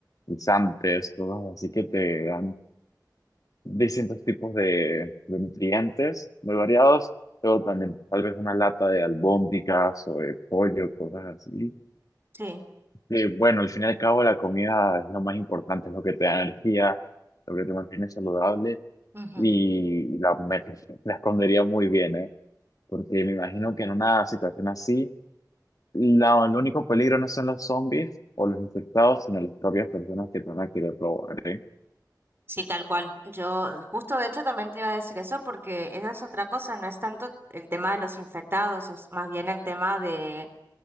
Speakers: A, on the left; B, on the right.
A: guisantes, cosas así que te dan distintos tipos de, de nutrientes muy variados. Luego también tal vez una lata de albóndigas o de pollo, cosas así.
B: Sí.
A: Que bueno, al fin y al cabo la comida es lo más importante, es lo que te da energía, lo que te mantiene saludable
B: ujú.
A: y la, me- <laughs> la escondería muy bien, ¿eh? Porque me imagino que en una situación así, la- el único peligro no son los zombies o los infectados, sino las propias personas que te van a querer robar, ¿eh?
B: Sí, tal cual. Yo justo de hecho también te iba a decir eso porque esa es otra cosa, no es tanto el tema de los infectados, es más bien el tema de